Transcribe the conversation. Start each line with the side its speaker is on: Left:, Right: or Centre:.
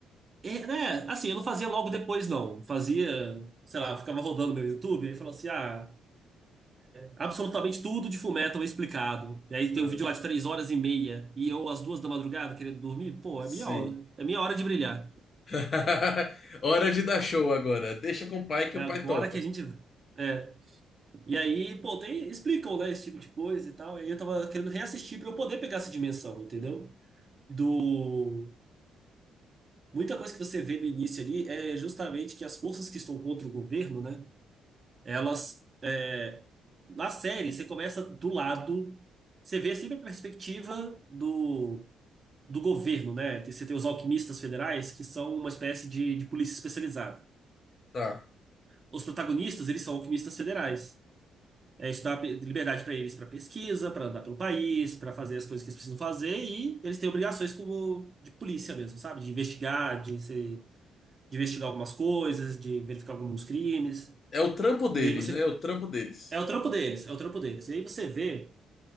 Right: É, né? Assim, eu não fazia logo depois, não. Fazia, sei lá, ficava rodando meu YouTube e falava assim: ah, absolutamente tudo de Fullmetal explicado. E aí tem
Left: Ah,
Right: um vídeo lá de três horas e meia e eu às duas da madrugada querendo dormir. Pô,
Left: sim.
Right: é minha hora, é minha hora de brilhar.
Left: <laughs> Hora de dar show agora. Deixa com o pai que
Right: É
Left: o
Right: agora
Left: pai toca.
Right: que a gente. É. E aí, pô, tem, explicam, né, esse tipo de coisa e tal. E aí eu tava querendo reassistir pra eu poder pegar essa dimensão, entendeu? Do. Muita coisa que você vê no início ali é justamente que as forças que estão contra o governo, né? Elas. é, na série, você começa do lado. Você vê sempre a perspectiva do, do governo, né? Você tem os alquimistas federais, que são uma espécie de, de polícia especializada.
Left: Tá.
Right: Os protagonistas, eles são alquimistas federais. É, isso dá pe- liberdade para eles para pesquisa, para andar pelo país, para fazer as coisas que eles precisam fazer, e eles têm obrigações como de polícia mesmo, sabe? De investigar, de, se- de investigar algumas coisas, de verificar alguns crimes.
Left: É o trampo deles,
Right: E aí você.
Left: né? É o trampo deles.
Right: É o trampo deles, é o trampo deles. E aí você vê.